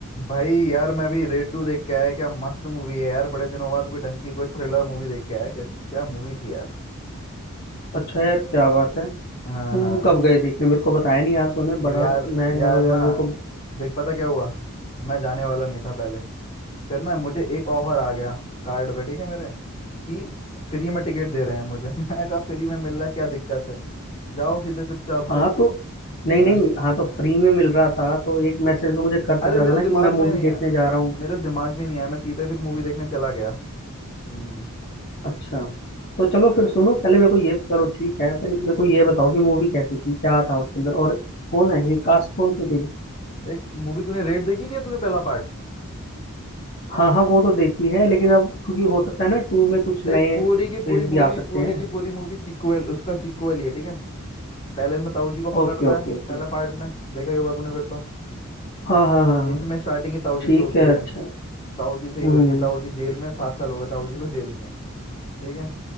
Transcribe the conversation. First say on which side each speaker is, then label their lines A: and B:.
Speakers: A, on the left; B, on the left.
A: भाई यार मैं भी रेड टू देख के आया क्या मस्त मूवी है यार बड़े दिनों बाद कोई ढंग की कोई थ्रिलर मूवी देख के आया क्या क्या मूवी थी यार
B: अच्छा यार क्या बात है
A: हाँ
B: तुम
A: हाँ
B: कब गए देखने मेरे को बताया नहीं यार तूने बड़ा
A: यार
B: मैं कह
A: यार
B: रहा हूँ
A: ना
B: यार मेरे को
A: देख पता क्या हुआ मैं जाने वाला नहीं था पहले फिर ना मुझे एक ऑफर आ गया कार्ड पे ठीक है मेरे कि फ्री में टिकट दे रहे हैं मुझे <laughs> मैं कहा फ्री में मिल रहा है, क्या दिक्कत है जाओ सीधे चुपचाप
B: हाँ
A: से
B: तो नहीं
A: हाँ।
B: नहीं हाँ तो फ्री में मिल रहा था तो एक मैसेज तो मुझे कर सकता
A: अरे मेरे
B: था ना
A: दिमाग
B: कि मैं
A: में
B: मूवी
A: नहीं आया
B: देखने जा रहा हूँ
A: मेरे दिमाग में नहीं आया मैं सीधे फिर मूवी देखने चला गया हम्म
B: अच्छा तो चलो फिर सुनो पहले मेरे को ये चलो ठीक है पर मेरे को ये बताओ कि मूवी कैसी थी क्या था उसके अंदर और कौन है ये कास्ट कौन सी थी
A: देख मूवी तूने रेड देखी नहीं है तूने पहला पार्ट?
B: हाँ हाँ वो तो देखी है लेकिन अब क्योंकि हो सकता है ना टू में कुछ
A: तो एक
B: नए
A: पूरी की
B: फेस
A: पूरी मूवी
B: भी आ सकते
A: पूरी
B: हैं
A: की पूरी मूवी सीक्वल उसका सीक्वल ही है ठीक है पहले इसमें ताऊ जी को पकड़ता
B: Okay okay
A: है
B: okay
A: पहला पार्ट में देखा ही होगा तूने फिर तो
B: हाँ हाँ हाँ हाँ
A: इसमें स्टार्टिंग ही ताऊ जी
B: ठीक
A: से होती
B: है
A: है
B: अच्छा
A: ताऊ जी से ही
B: हम्म
A: होती है
B: हम्म
A: ताऊ जी जेल में सात साल हो गए ताऊ जी को जेल में ठीक है